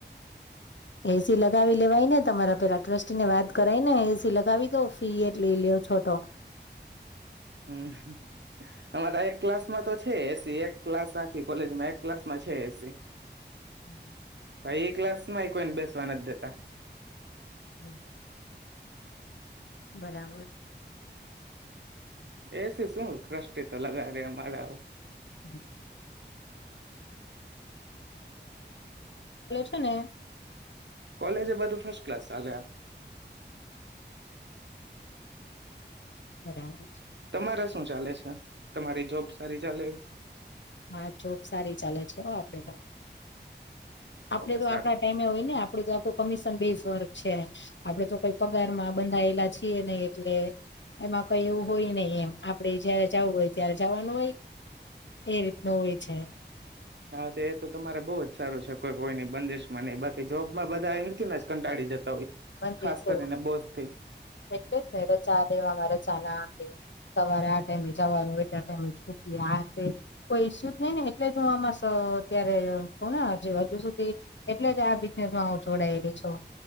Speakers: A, on the left (about 80°); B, on the right (about 75°).
A: એસી લગાવી લેવાય ને તમારા પેલા ટ્રસ્ટી ને વાત કરાય ને એસી લગાવી દો પી એટ લઈ લે્યો છો તો
B: હમ્મ અમારા એક ક્લાસમાં તો છે એસી એક ક્લાસ આખી કોલેજમાં એક ક્લાસમાં છે એસી
A: હમ્મ
B: ભાઈ એ ક્લાસમાં ય કોઈને બેસવા નથ દેતા.
A: હમ્મ બરાબર
B: એસી શું ક્રષ્ટિ તો લગા રે અમારા
A: હમ્મ છેને
B: કોલેજ એ બધું ફસ્ટ ક્લાસ ચાલ્યા.
A: બરાબર
B: તમારા શું ચાલે છે? તમારી જોબ સારી ચાલે?
A: હા જોબ સારી ચાલે છે વો આપડે તો. આપડે
B: ઓકે
A: તો
B: સારું
A: આપણા ટાઈમે હોય ને આપ આપડુ તો આખું કમિશન બેઝ વર્ક છે આપડે તો કોઈ પગારમાં બંધાયેલા છીએ નહી એટલે એમાં કઈ એવું હોય નહિ એમ આપડે જયારે જાવું હોય ત્યારે જવાનું હોય એ રીતનું હોય છે
B: હા તો એ તો તમારે બહ જ સારું છે. કોઈ કોઈ ની બંદીશમાં નઈ <unintelligible> કે જોબમાં બધા અહીં થીન જ કંટાળી જતા હોય.
A: બંદીસો
B: ખાસ કરીને બોસ થી
A: એટલેજ ને રજા દેવામાં રજ <unintelligible> ના આપે સવારે આ ટાઈમે જવાનું એટલા ટાઈમે છૂટીયે આ તે કોઈ ઈશુ જ નહી ને એટલે તો હું આમાં સ અત્યારે છું ને હજ હજુ સુધી એટલે જ આ બિઝનેસમાં હ જોડાયેલી છું.